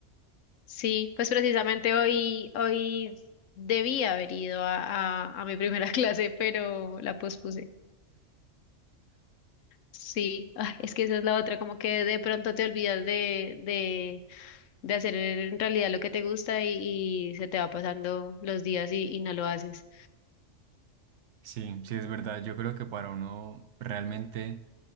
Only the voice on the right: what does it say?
Sí, sí es verdad. Yo creo que para uno realmente